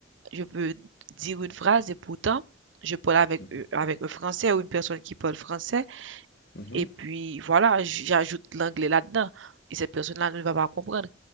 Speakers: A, on the right (about 65°); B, on the left (about 60°).
A: je peux dire une phrase et pourtant, je parle avec,
B: mhm,
A: euh, avec un français ou une personne qui parle français
B: mhm,
A: et
B: mhm,
A: puis voilà, j- j'ajoute l'anglais là-dedans. Et cette personne-là ne va pas comprendre.